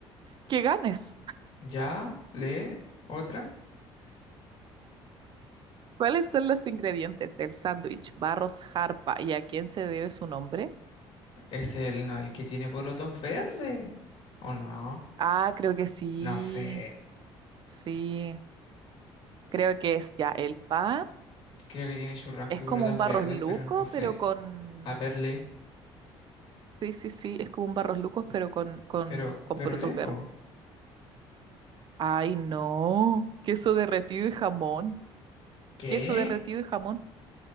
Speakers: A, on the right (about 50°); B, on the left (about 45°).
A: que ganes.
B: ¿Ya? ¿Lee? ¿Otra?
A: ¿Cuáles son los ingredientes del sándwich Barros Jarpa y a quién se debe su nombre?
B: Es el, no, el que tiene porotos verdes. ¿O no?
A: Ah, creo que sí.
B: No sé.
A: Sí, Creo que es ya el pan.
B: Creo que tiene churrasco
A: Es
B: y
A: como
B: porotos
A: un barros
B: verdes,
A: luco,
B: pero no sé.
A: pero con...
B: A ver, lee.
A: Sí, sí, sí, es como un barros lucos, pero con, con,
B: Pero,
A: con
B: pero
A: porotos
B: lee,
A: verdes.
B: po.
A: Ay, no. Queso derretido y jamón.
B: ¿Qué?
A: Queso derretido y jamón.